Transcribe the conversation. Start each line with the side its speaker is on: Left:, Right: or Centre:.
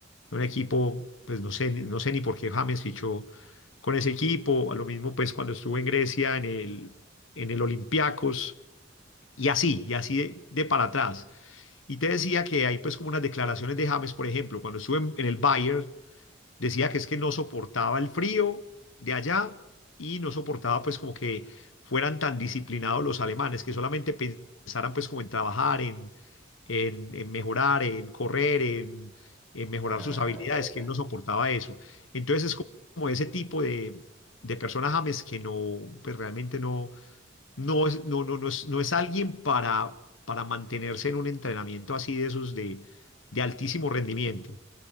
Left: un equipo, pues no sé, ni- no sé ni por qué James fichó con ese equipo. A lo mismo, pues cuando estuvo en Grecia, en el, en el Olympiacos, y así, y así de, de para atrás. Y te decía que hay pues como unas declaraciones de James, por ejemplo, cuando estuvo en, en el Bayern Decía que es que no soportaba el frío de allá y no soportaba pues como que fueran tan disciplinados los alemanes, que solamente pensaran pues como en trabajar, en, en, en mejorar, en correr, en, en mejorar
Centre: Ah,
Left: sus habilidades,
Centre: ya, ya.
Left: que él no soportaba eso. Entonces es como ese tipo de, de persona James que no, pues realmente no, no es, no, no, no es, no es alguien para, para mantenerse en un entrenamiento así de esos de, de altísimo rendimiento.